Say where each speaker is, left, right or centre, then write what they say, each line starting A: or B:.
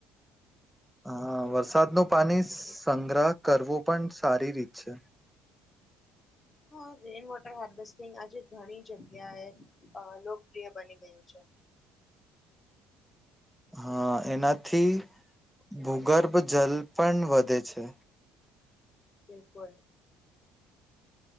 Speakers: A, in the centre; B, on the left.
A: હ વરસાદનું પાણી સંગ્રહ કરવું પણ સારી રીત છે
B: હા રેઇન વોટર હરવેસ્ટિંગ આજે ઘણી જગ્યા એ અ લોકપ્રિય બની ગયું છે
A: હા એના થી ભૂગર્ભ જલ પણ વધે છે
B: બિલકુલ